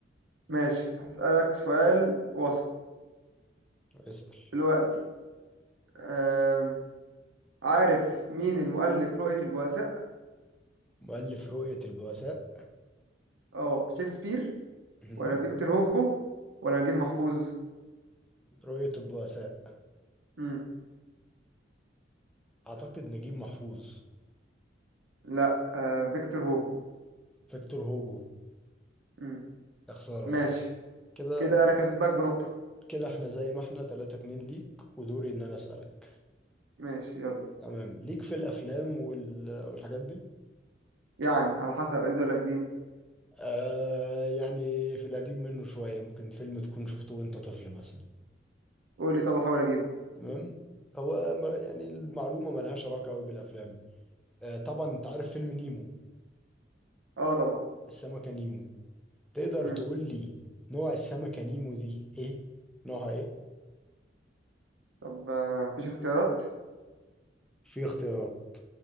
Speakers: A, on the right; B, in the centre.
A: ماشي هسألك سؤال وسط
B: اسأل
A: دلوقتي آم، عارف مين المؤلف رؤية البؤساء
B: مؤلف رؤية البؤساء
A: اه شكسبير
B: مهم.
A: ولا فيكتور هوجو ولا نجيب محفوظ
B: رؤية البؤساء
A: مم.
B: اعتقد نجيب محفوظ
A: لا آه، فيكتور هوجو
B: فيكتور هوجو
A: مم.
B: يا خسارة
A: ماشي
B: كده
A: كده انا كسبك بنقطة
B: كده احنا زي ما احنا تلاتة اتنين ليك ودوري ان انا اسألك
A: ماشي يلا
B: تمام ليك في الافلام وال... والحاجات دي
A: يعني على حسب قديم ولا قديم
B: آه يعني في القديم منه شوية ممكن فيلم تكون شفته وانت طفل مثلا
A: قول لي طب احاول اجيبه
B: تمام هو م- يعني المعلومة ملهاش علاقة قوي بالأفلام آه طبعا انت عارف فيلم نيمو
A: اه طبعا
B: السمكة نيمو تقدر
A: مم.
B: تقول لي نوع السمكة نيمو دي ايه نوعها ايه
A: طب آه، مفيش اختيارات
B: في اختيارات